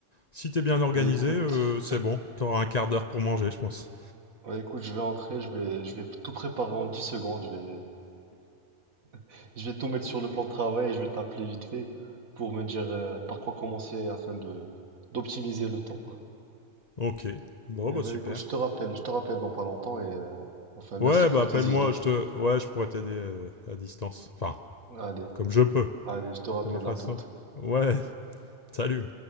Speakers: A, on the left; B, on the right.
A: si t'es bien organisé,
B: Bah écoute,
A: euh, c'est bon. T'auras un quart d'heure pour manger, je pense.
B: bah écoute, je vais entrer, je vais, je vais tout préparer en 10 secondes, je vais, <laughs> je vais tout mettre sur le plan de travail et je vais t'appeler vite fait pour me dire euh, par quoi commencer afin de d'optimiser le temps.
A: Ok. Bon,
B: Et
A: bah
B: bah
A: super.
B: écoute, je te rappelle, je te rappelle dans pas longtemps et euh, enfin merci
A: Ouais,
B: pour
A: bah appelle-moi,
B: tes idées.
A: je te, ouais, je pourrais t'aider euh, à distance. Enfin,
B: Allez,
A: comme je peux,
B: allez, je te rappelle,
A: de ma façon.
B: à toute.
A: Ouais, salut.